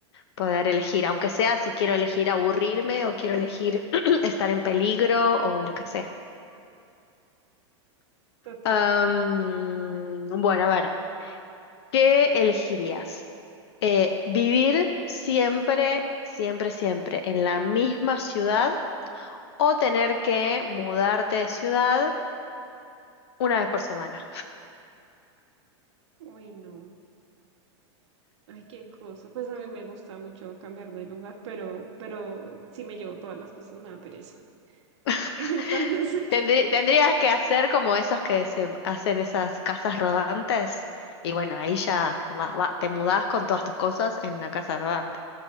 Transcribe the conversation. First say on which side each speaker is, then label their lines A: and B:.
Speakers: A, on the left (about 60°); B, on the right (about 70°).
A: Poder elegir, aunque sea si quiero elegir aburrirme o quiero elegir <clears throat> estar en peligro o lo que sea.
B: Total.
A: Am, bueno, a ver, ¿Qué elegirías? Eh, ¿vivir siempre, siempre, siempre en la misma ciudad o tener que mudarte de ciudad una vez por semana?
B: Uy, no. Ay, qué cosa. Pues a mí me gusta mucho cambiar de lugar, pero, pero si me llevo todas las cosas me da pereza. <laughs>
A: <laughs>
B: Entonces,
A: Tendrí- tendrías que hacer como esos que se hacen esas casas rodantes y bueno, ahí ya va- va- te mudás con todas tus cosas en la casa rodante.